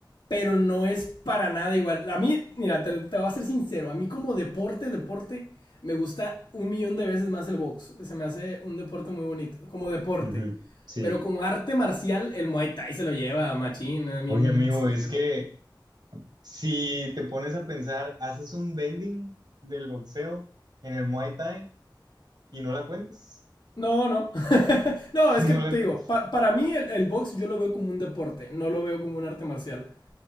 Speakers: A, on the left (about 70°); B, on the right (about 60°).
A: pero no es para nada igual. A mí, mira, te, te voy a ser sincero, a mí como deporte, deporte, me gusta un millón de veces más el box. Se me hace un deporte muy bonito, como deporte.
B: ujú, sí.
A: Pero como arte marcial, el Muay Thai se lo lleva, machín. A mí,
B: Oye, amigo,
A: sí,
B: es
A: sí.
B: que si te pones a pensar, haces un bending del boxeo en el Muay Thai y no la cuentas.
A: No, no. <laughs> no,
B: <laughs>
A: es
B: No
A: que te
B: la
A: digo,
B: cu-
A: pa- para mí el, el box yo lo veo como un deporte, no lo veo como un arte marcial.